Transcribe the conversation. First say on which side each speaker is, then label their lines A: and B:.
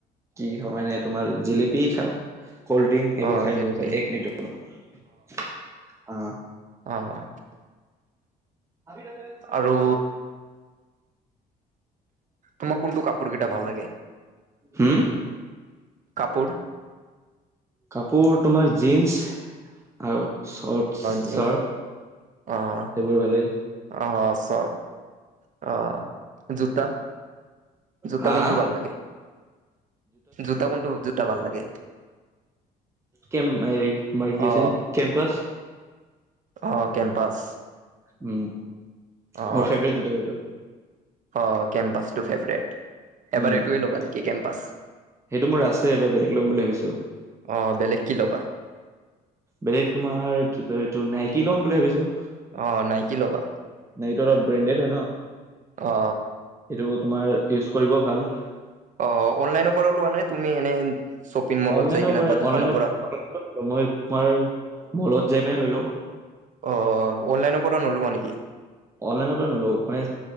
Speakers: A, on the right (about 15°); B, on the right (about 50°).
A: কি খাওঁ মানে তোমাৰ জেলেপি খাওঁ, ক'ল্ড ড্ৰিংক। এইবোৰ
B: অ',
A: খাই,
B: জেলেপি
A: এক মিনিট ৰ'বা। অ'।
B: অ অ
A: আমি তাতে একেটা কামে
B: আৰু
A: দহবাৰ নোচো
B: তোমাক কোনটো কাপোৰ কিটা ভাল লাগে
A: হম
B: কাপোৰ?
A: কাপোৰ তোমাৰ জিনচ আৰু চৰ্ট
B: জিন্স
A: চাৰ্ট
B: অ'
A: সেইবোৰ ভালেই
B: অ'। অ' চৰ্ট। অ'। জোতা। জোতা
A: হা
B: কোনটো ভাল লাগে? জোতা কোনটো, জোতা ভাল লাগে?
A: কেম, তোমাৰ কি
B: অ
A: আছিল কেম্পাছ।
B: অ কেম্পাছ।
A: উম।
B: অ
A: মোৰ ফেভৰেট জোতা সেইটো
B: অ অ কেম্পাছটো ফেভৰেট। এবাৰ
A: উম
B: এইটোৱে ল'বা
A: সেইটো
B: নেকি কেম্পাছ
A: মোৰ আছে এবাৰ বেলেগ লম বুলি ভাবিছো।
B: অ বেলেগ কি ল'বা?
A: বেলেগ তোমাৰ এইটোতো এইটো নাইকি ল'ম বুলি ভাবিছো।
B: অ নাইকি ল'বা।
A: নাইটো অলপ ব্ৰেণ্ডেড হয় ন।
B: অ।
A: এইটো তোমাৰ ইউজ কৰিব ভাল।
B: অ অনলাইনৰ পৰা লোৱা নে তুমি এনে শ্বপিং মলত
A: অনলাইনৰ
B: যাই কিনে
A: পৰা
B: বা দোকানৰ
A: অনলাইনৰ
B: পৰা
A: মই তোমাৰ মলত যাই পিনে লৈ লও।
B: অ অনলাইনৰ পৰা নোলোৱা নেকি?
A: অনলাইন পৰা নলও মানে